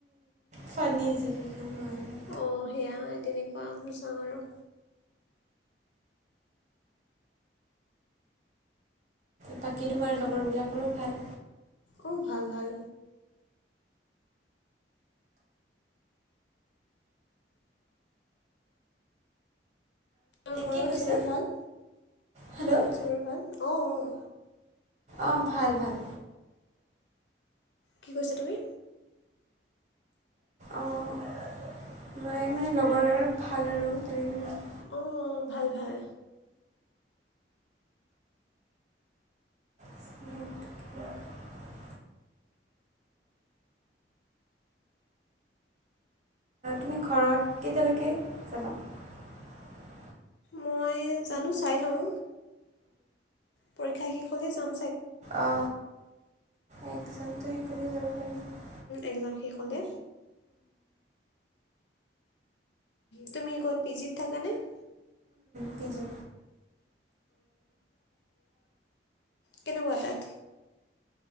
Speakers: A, on the right; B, on the left.
A: ফানিজি যি কিখন হয়। আৰু।
B: অ' সেয়া তেনেকুৱা বোৰ চাও আৰু।
A: বাকী তোমাৰ লগৰবিলাকৰো ভাল?
B: অ' ভাল-ভাল। অ' ঘৰত
A: কি কৈছা?
B: চবৰ ভাল?
A: হেল্ল'।
B: ঘৰত চবৰে ভাল? অ' -অ'।
A: অহ ভাল-ভাল।
B: কি কৈছা তুমি?
A: অ মাই মানে লগৰ আৰু ভাল আৰু তেনেকে কৈছে।
B: অ ভাল ভাল।
A: <inaudible> তুমি ঘৰত কেইতিয়ালেকে যাবা? <unintelligible>
B: মই জানো চাই লওঁ। পৰীক্ষা শেষ। কলে যাওঁ।
A: অ একচেম তই কলে যাব। পাৰিম
B: এক্জাম শেষ হ'লে, তুমি ক'ত পিজিত থাকানে? <inaudible>
A: পি জি
B: কেনেকুৱা তাত?